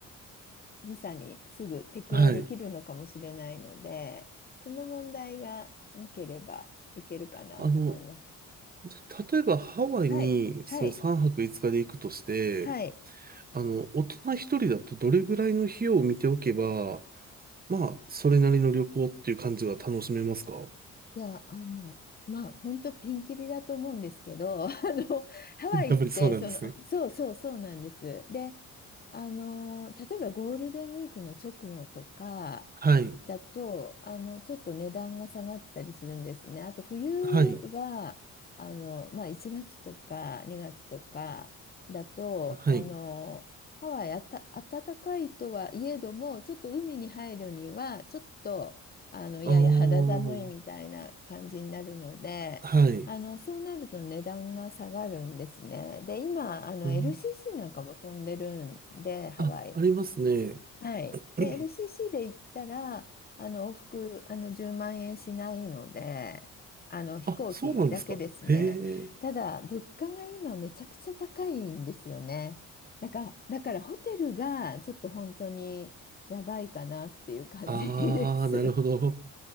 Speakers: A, on the left; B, on the right.
A: 時差にすぐ適応できるのかもしれないので、
B: はい。
A: その問題がなければいけるかなと思います。
B: あの、た例えばハワイにその3泊5日で行くとして、
A: はい、はい、はい。
B: あの、大人一人だとどれぐらいの費用を見ておけば、まあ、それなりの旅行っていう感じが楽しめますか <laughs>
A: いや、あの、まあ、本当ピンキリだと思うんですけど、<laughs> あの、ハワイって、
B: やっぱりそうなんですね。
A: その、あそうそうそうなんです。で、あの、例えばゴールデンウィークの直後とか
B: はい。
A: だと、あの、ちょっと値段が下がったりするんですね。あと、冬
B: はい。
A: は、あの、まあ、1月とか2月とかだと、
B: はい。
A: あの、ハワイあた、暖かいとはいえども、ちょっと海に入るには、ちょっと、あの、いやいや肌寒いみたいな感じになるので、
B: ああ、はい。
A: あの、そうなると値段が下がるんですね。で、今、あの、
B: うん。
A: LCC なんかも飛んでるんで、ハワイ。
B: あ、ありますね。
A: はい。で、
B: <clears throat>
A: LCC で行ったら、あの、往復、あの、10万円しないので、あの、飛行機だけですね。
B: あ、そうなんですか。へえ。
A: ただ、物価が今めちゃくちゃ高いんですよね。だから、だからホテルがちょっと本当にやばいかなっていう感じです。
B: ああ、なるほど。